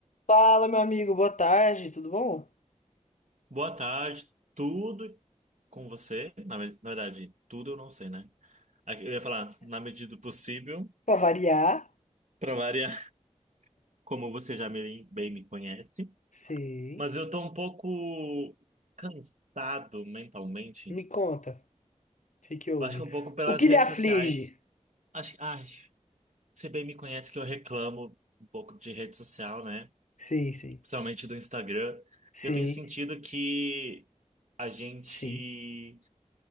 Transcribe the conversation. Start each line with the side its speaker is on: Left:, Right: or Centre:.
Left: Fala, meu amigo, boa tarde, tudo bom?
Right: Boa tarde, tudo com você? Na, ve- na verdade, tudo eu não sei, né? Ah, Eu ia falar, na medida do possível,
Left: Pra variar,
Right: para variar, <laughs> como você já me- bem me conhece.
Left: sei.
Right: Mas eu tô um pouco cansado mentalmente.
Left: Me conta, o que que houve?
Right: Eu acho que um pouco pelas
Left: O que
Right: redes
Left: lhe aflige?
Right: sociais. Acho, ai, você bem me conhece que eu reclamo um pouco de rede social, né?
Left: sim sim
Right: Principalmente do Instagram.
Left: Sim,
Right: Eu tenho sentido que a gente
Left: sim.